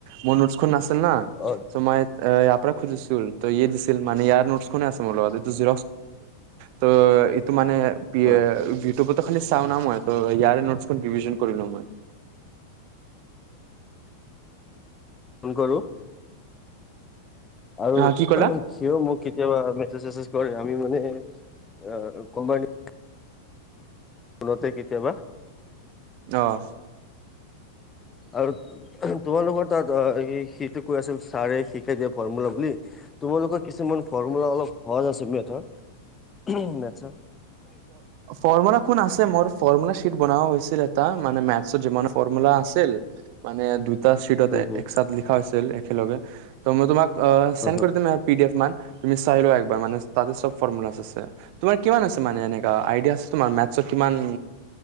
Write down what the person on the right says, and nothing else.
মোৰ নোচখন নাছিল না
ত মই ইয়াৰ পৰা খুজিছিলো ত ইয়ে দিছিল মানে ইয়াৰ আ মোৰ লগত এইটো জ ত ইটো মানে বিিয়ে
ইব খি চা ন মই ত ইয়াৰে নোটছখন ভিন কৰিলো মই
হা কি ক'লা
আহ
ফৰ্মৰ্মলা কোন আছে মোৰ ফৰ্মুলা শীট বনোৱা হৈছিল এটা মানে মেথছৰ যিমান ফৰ্মুলা আছিল মানে দুই এটা চিটত
এক চাত লিখা হৈছিল। খেলগে ত মই তোমাক, অ চেণ্ড
কৰিটো মে, পি ডি এফ মান তুমি চাই লোৱা একবাৰ মানে তাতে চব ফৰ্মুলা আছে তোমাৰ কিমান আছে। মানে এনেক আইডিয়াছ তোমাৰ মে কিমান